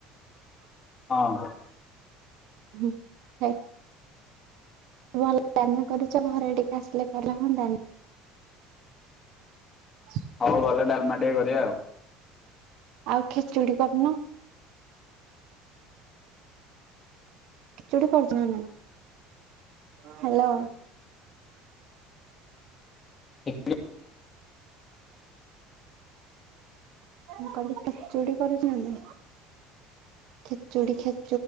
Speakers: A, on the left; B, on the right.
A: ହଁ।
B: ହୁଁ ହେ ଭଲ ରାନ୍ଧନା କରୁଚ ଘରେ ଟିକେ ଆସିଲେ କଲେ ହୁଅନ୍ତାନି। ହ
A: ହଉ ଗଲେ ଡାଲମା ଟିକେ କରିବା ଆଉ।
B: ଆଉ ଖେଚୁଡ଼ି କରୁନ। ଖେଚୁଡ଼ି କରିଚ ନା ନାଇଁ? ହ୍ୟାଲୋ।
A: <unintelligible> <inaudible>
B: ମୁଁ କହିଲି ଖେଚୁଡି କରୁଚ ନା? ଖେଚୁଡି ଖେ